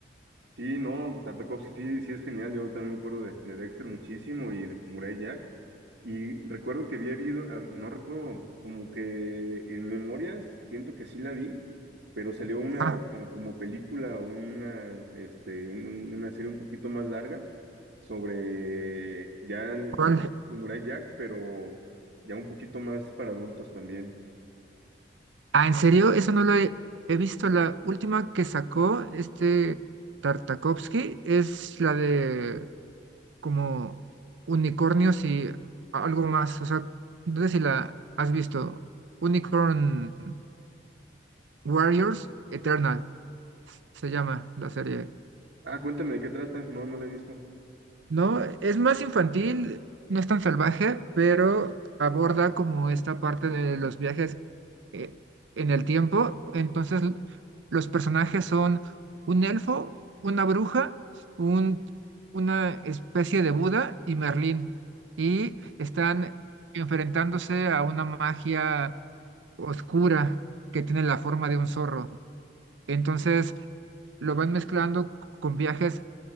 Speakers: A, on the right; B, on the right.
A: Sí, no, Tartakovsky sí, sí es genial. Yo también me acuerdo de, de Dexter muchísimo y de Samurai Jack. Y recuerdo que había habido, ah, no recuerdo, como que en memorias siento que sí la vi, pero salió una
B: Ah,
A: eh, como película, o una, este, un- una serie un poquito más larga sobre ya la
B: ¿cuál?
A: Samurai Jack, pero ya un poquito más para adultos también.
B: Ah, ¿en serio? Eso no lo he, he visto. La última que sacó este Tartakovsky es la de como unicornios y algo más. O sea, no sé si la has visto. Unicorn Warriors Eternal se llama la serie.
A: Ah, cuéntame de qué trata. No, no la he visto.
B: No, es más infantil, no es tan salvaje, pero aborda como esta parte de los viajes eh, en el tiempo. Entonces, l- los personajes son un elfo, una bruja, un, una especie de Buda y Merlín. Y están enfrentándose a una magia oscura que tiene la forma de un zorro. Entonces, lo van mezclando con viajes